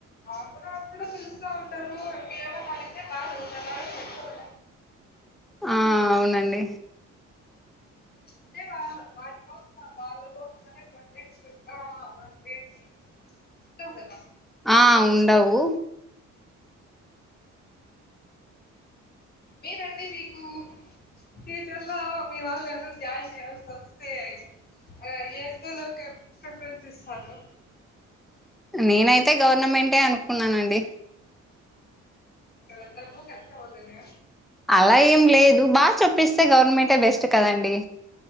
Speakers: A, on the left; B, in the centre.
A: ఆప్పుడప్పుడు పిలుస్త ఉంటరు ఏమన్నా అడిగితే బ చదువుతన్నారు పెద్దోల్
B: ఆ అవునండి
A: అంటే వాల్ వాట్ కోసమా వాళ్ళ కోసం <unintelligible> ఉంటవ్ గదా
B: ఆ ఉండవు
A: మీరండి మీకు ఫ్యూచర్లో మీవాళ్ళు ఎవరన్న జాయిన్ చెయ్యాల్సి ఒస్తే అ ఏ స్కూల్ కి ప్రిఫరెన్స్ ఇస్తారు
B: నేనైతే గవర్నమెంటే అనుకున్నానండి
A: అ డబ్బు ఖర్చువ్వదనా
B: అలా ఏం లేదు బా చెప్పిస్తే గవర్నమెంటే బెస్ట్ కదండి